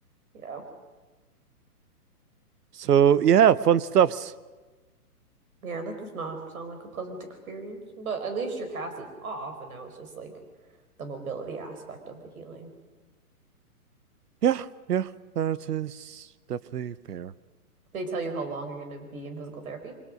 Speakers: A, on the right; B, on the right.
A: Yeah.
B: So yeah, fun stuffs.
A: Yeah, that does not sound like a pleasant experience, but at least your cast is off, and now it's just like the mobility aspect of the healing.
B: Yeah, yeah. That is definitely fair.
A: They tell you how long you're going to be in physical therapy?